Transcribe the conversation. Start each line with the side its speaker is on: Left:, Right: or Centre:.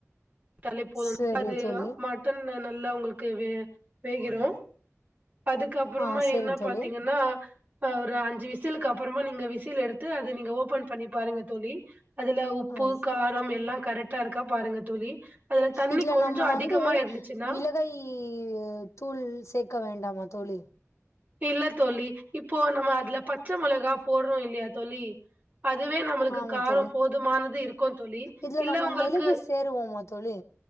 Right: டாலே போது
Left: சேரி
Right: அது
Left: தோழி
Right: ஆ மட்டன் ந நல்லா உங்களுக்கு வே வேகிரு அதுக்கப்றமா
Left: ஆ சேரி
Right: என்ன
Left: தோழி
Right: பாத்தீங்கனா அ ஒரு அஞ்சு விசிலுக்கு அப்புறமா நீங்க விசில் எடுத்து அது நீங்க ஓப்பன் பண்ணி பாருங்க தோழி அதுல உப்பு
Left: ஆ
Right: காரம் எல்லா கரெட்டா இருக்கா பாருங்க தோழி அதுல தண்ணி
Left: இதுல
Right: கொஞ்சம்
Left: நம்ம
Right: அதிகமா
Left: வந்து
Right: இருந்துச்சுன்னா
Left: மிளகாய் ஒ தூள் சேக்க வேண்டாமா தோழி
Right: இல்ல தோழி இப்போ நம்ம அதுல பச்ச மொளகா போட்றோ இல்லியா தோழி அதுவே நம்மளுக்கு
Left: ஆமா
Right: காரோ
Left: தோழி
Right: போதுமானது இருக்கு தோழி
Left: இதுல
Right: இல்ல
Left: நம்ம
Right: உங்களுக்கு
Left: மிளகு சேருவோமா தோழி